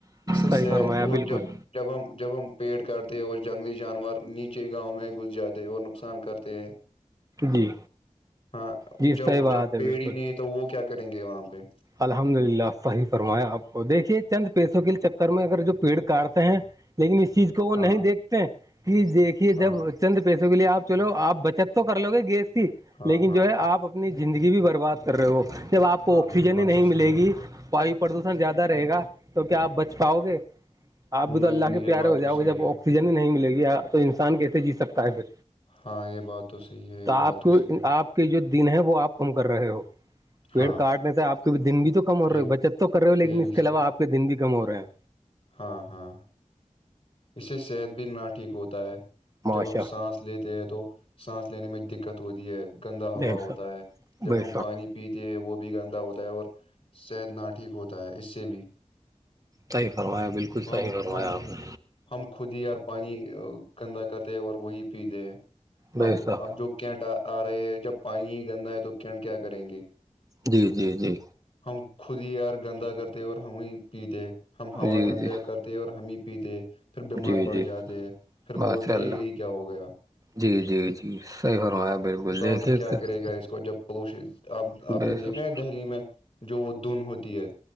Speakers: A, on the left (about 45°); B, on the right (about 30°).
A: اس سے
B: صحیح
A: سہ-
B: فرمایا
A: اور
B: بالکل
A: جب جب ہم جب ہم پیڑ کاٹتے ہیں اور جنگلی جانور نیچے گاؤں میں گھس جاتے اور نقصان کرتے ہیں
B: جی
A: ہاں
B: جی
A: جب
B: صحی بات
A: جب
B: ہے
A: پیڑ
B: بالکل
A: ہی نہیں تو وہ کیا کریں گے وہاں پہ
B: الحمد للہ صحیح فرمایا آپ کو دیکھیے چند پیسوں کے چکر میں اگر جو پیڑ کاٹتے ہیں لیکن اس چیز کو وہ
A: ہاں
B: نہیں دیکھتے کہ دیکھیے
A: ہاں
B: جب چند پیسوں کے لیے آپ چلو آپ بچت تو کر لو گے گیس کی
A: ہاں
B: لیکن
A: ہاں
B: جو ہے آپ اپنی زندگی بھی برباد کر رہے ہو جب آپ کو
A: ہاں
B: آکسیجن
A: یہ بات
B: ہی نہیں
A: تو
B: ملے
A: صحیح ہے
B: گی پائپ پردوشن زیادہ رہے گا تو کیا آپ بچ پاؤ گے آپ بھی
A: نہیں
B: تو اللہ
A: نہیں
B: کے
A: یہ
B: پیار
A: بات
B: ہو
A: تو
B: جاؤ
A: صحیح
B: گے جب
A: ہے
B: آکسی سجن ہی نہیں ملے گی تو انسان کیسے جی سکتا ہے پھر
A: ہاں یہ بات تو صحیح ہے یہ
B: آپ
A: بات تو
B: کو
A: صحیح ہے
B: آپ کے جو دن ہے وہ آپ کم کر رہے ہو پیڑ
A: ہاں
B: کاٹنے سے آپ کے دن بھی تو کم ہو رہے
A: یہ
B: ہو بچت تو کر رہے ہو لیکن
A: یہ بھی
B: اس کے
A: صحیح
B: علاو آپ
A: ہے
B: کے دن بھی کم ہو رہے ہیں
A: ہاں ہاں اس سے صحت بھی نہ ٹھیک ہوتا ہے
B: ماشا
A: جب ہم سانس لیتے ہیں تو سانس لینے میں دقت ہوتی ہے گندا ہوا
B: بے
A: ہوتا
B: شک
A: ہے جب
B: بے
A: ہم
B: شک
A: پانی پیتے ہیں وہ بھی گندا ہوتا ہے اور صحت نہ ٹھیک ہوتا ہے اس سے بھی
B: صحی فرمایا بالکل
A: ہم
B: صحیح فرمایا
A: ہم
B: آپ نے
A: ہم خود ہی یار پانی گندا کرتے اور وہی پیتے ہیں
B: بے
A: اب
B: شک
A: اب جو کیٹ آ رہے ہے جب پانی ہی گندا ہے تو کینٹ کیا کریں گے
B: جی جی جی
A: ہم خود ہی یار گندا کرتے اور ہم ہی پیتے ہم ہوا
B: جی
A: گند
B: جی
A: کرتے اور ہم ہی پیتے پھر بیمار
B: جی
A: پڑ
B: جی
A: جاتے پھر
B: ماشاء
A: بولتے
B: اللہ
A: یہی کیا ہو گیا
B: جی جی جی صحیح فرمایا بالکل
A: ڈاکٹر
B: دیکھیے
A: کیا
B: کہ
A: کرے گا اس کو جب پولوشن اب آپ
B: بے
A: نے دیکھا
B: شک
A: ہے دہلی میں جو وہ دن ہوتی ہے